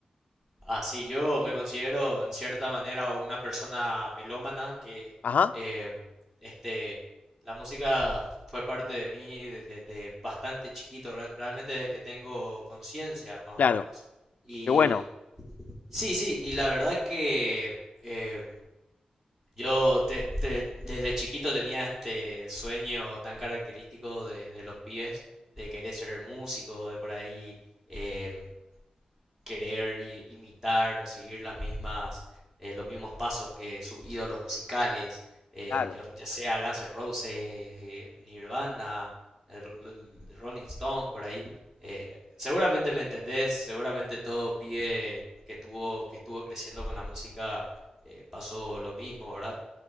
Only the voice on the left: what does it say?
Ajá,
claro,
qué bueno,
claro.